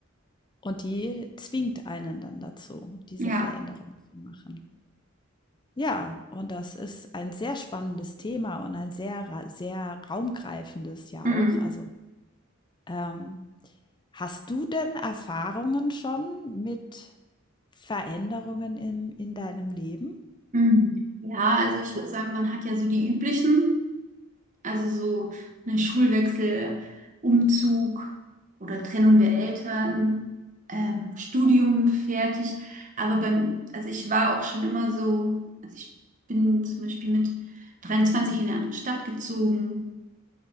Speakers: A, on the left; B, on the right.
A: Und die zwingt einen dann dazu, diese
B: Ja.
A: Veränderung zu machen. Ja, und das ist ein sehr spannendes Thema und ein sehr, ra- sehr raumgreifendes ja
B: Mhm.
A: auch. Also, ähm, hast du denn Erfahrungen schon mit Veränderungen im, in deinem Leben?
B: Mhm. Ja, also ich würde sagen, man hat ja so die üblichen, also so eine Schulwechsel, Umzug oder Trennung der Eltern, ähm, Studium fertig. Aber beim, also ich war auch schon immer so, also ich bin zum Beispiel mit 23 in eine andere Stadt gezogen.